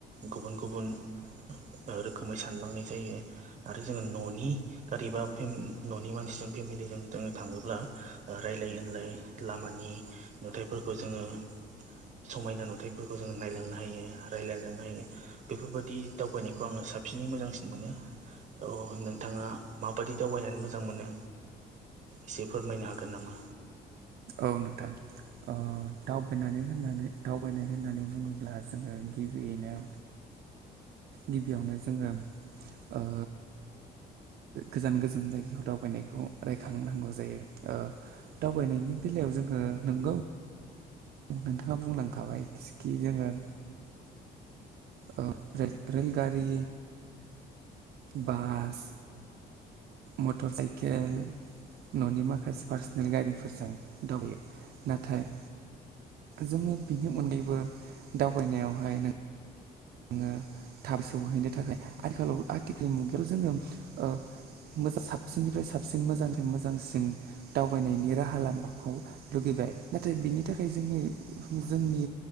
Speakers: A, on the right; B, on the right.
A: गुबुन गुबुन ओ रोखोमै सानलांनाय जायो। आरो जोङो न'नि गारिबा फेन न'नि मानसिजों फेमिलिजों जोंङो थाङोब्ला ओ रायजलाय होनलाय लामानि नुथायाइफोरखौ जोङो समायना नुथायफोरखौ जोङो नायलांनो हायो रायजलायलांनो हायो। बेफोरबादि दावबायनायखौ आङो साबसिनै मोजांसिन मोनो। अ नोंथाङा माबाददि दावबायनानै मोज जां मोनो एसे फोरमायनो हागोन नामा?
B: औ नोंथां। ओ दावबायनानै होननानै दावबायनाय होननानै बुङोब्ला जोङो गिबियैनो गिबियावनो जोङो ओ गोजान गोजान जायगायाव दावबायनायखौ रायखांनांगौ जायो ओ दावबायनायनि बेलायाव जोङो नंगौ नोंथाङा बुंलांखाबाय सिखि जोङो ओ रे रेलगारि बास मटर साइकेल। न'नि माखासे पार्सनेल गारिफोरजों दावयो नाथाय जोङो बिनि अनगैबो दावबायनायावहाय नों ङो थाब सौहैनो थाखाय आथिखालाव आथिखाल मुगायाव जोङो ओब मोज साबसिननिफ्राय साबसिन मोजांनिफ्राय मोजांसिन दावबायनायनि राहा लामाखौ लुगैबाय नाथाय बिनि थाखाय जोंनि जोंनि